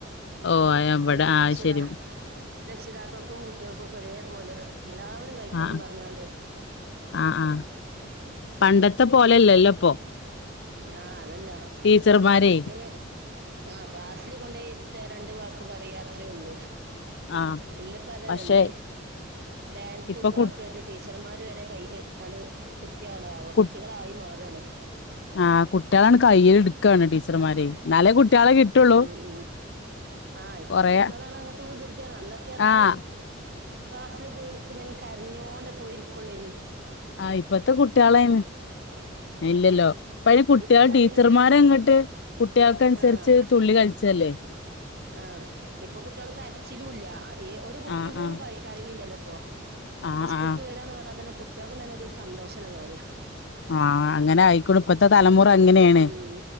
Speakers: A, on the left; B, on the right.
A: ഓഹ് ഇവിടെ
B: അത് കഴിഞ്ഞ്
A: ആഹ്
B: രക്ഷിതാ
A: ശരി
B: രക്ഷിതാക്കൾക്കും കുട്ടികൾക്കും ഒക്കെ ഒരേപോലെ എല്ലാവരും കഴിക്കണം
A: ആഹ്
B: പറഞ്ഞാണ്ട്
A: ആഹ് ആഹ് പണ്ടത്തെ പോലെല്ലല്ലോ ഇപ്പോ
B: ആഹ് അതല്ല
A: ടീച്ചർമാരെ
B: ആഹ് പണ്ടൊക്ക ആഹ് ക്ലാസ്സില് കൊണ്ട് ഇരുത്തുക രണ്ട് വാക്ക് പറയാ അത്രേ ഉള്ളൂ
A: ആഹ്
B: ഇന്നിപ്പൊ അതല്ലല്ലേ
A: പക്ഷെ
B: ഡാൻസും
A: ഇപ്പൊ
B: പാട്ടും
A: കു
B: ഒക്കെ ഇട്ട് ടീച്ചർമാര് വരെ കൈയ് കുട്ടിയാണ്
A: കു
B: കുട്ടികളായി മാറുവാണ്
A: ആഹ് കുട്ടികളാണ് കയ്യില് എടുക്കയാണ് ടീച്ചർമാരെ എന്നാലേ കുട്ടികളെ കിട്ടുള്ളൂ
B: ഉം ഉം ആഹ് ഇപ്പഴത്തെ
A: കൊറേ
B: കുട്ടികളാണ് അങ്ങനത്തെ വികൃതിയാണ് അന്നൊക്കെ പറഞ്ഞാല്
A: ആഹ്
B: ക്ലാസ്സില് പോയിരിക്കുനി കരഞ്ഞോണ്ട് പോയിരിക്കുള്ളൂനി
A: ആഹ് ഇപ്പത്തെ കുട്ടികളായിന്ന് ഇല്ലല്ലോ ഇപ്പയിന് കുട്ടികൾ
B: ഇപ്പൊ കരയ്
A: ടീച്ചർമാരങ്ങോട്ട് കുട്ടികൾക്കനുസരിച്ച്
B: ആഹ്
A: തുള്ളി കഴിച്ചല്ലേ
B: ആഹ് ഇപ്പൊ കുട്ടികൾ കരച്ചിലുംല്ല ഈ ഒരു കുട്ടി
A: ആഹ്
B: പോലും
A: ആഹ്
B: കരയണില്ലല്ലോ ഇപ്പൊ
A: ആഹ്
B: ഇപ്പൊ സ്കൂൾക്ക്
A: ആഹ്
B: വരാന്ന് പറഞ്ഞാൽ തന്നെ കുട്ടികൾക്കും തന്നെ ഒരു സന്തോഷമുള്ള കാര്യവാ
A: ആഹ് അങ്ങനെ ആയിക്കോളും ഇപ്പത്തെ തലമുറ അങ്ങനെയാണ്
B: ഉം